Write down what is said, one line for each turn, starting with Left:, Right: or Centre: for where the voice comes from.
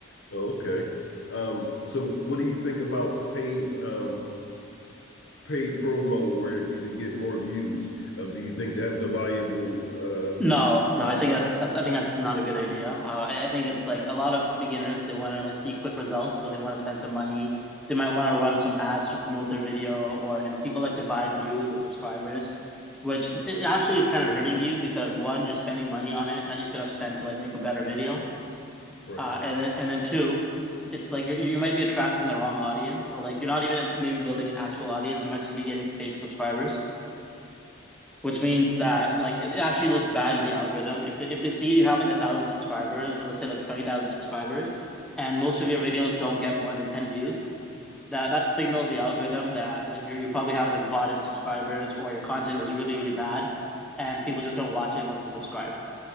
Left: Oh, okay. Um, so what do you think about paid um paid promo where you can get more views? Um, do you think that is a valuable uh
Centre: No, no, I think that's I think that's not a good idea. Uh, I, I think it's like a lot of beginners they want to like see quick results, so they want to spend some money. They might want to run some ads to promote their video, or you know, people like to buy views and subscribers, which it actually is kind of hurting you because one, you're spending money on it that you could have spent to like make a better video,
Left: right?
Centre: Uh, and then and then two, it's like you you might be attracting the wrong audience, or like you're not even maybe building an actual audience. You might just be getting fake subscribers, which means that like it, it actually looks bad in the algorithm. If if they see you have like a thousand subscribers, or let's say like twenty thousand subscribers, and most of your videos don't get more than ten views, that that signals the algorithm that like you you probably have like botted subscribers, or your content is really really bad, and people just don't watch it once they subscribe.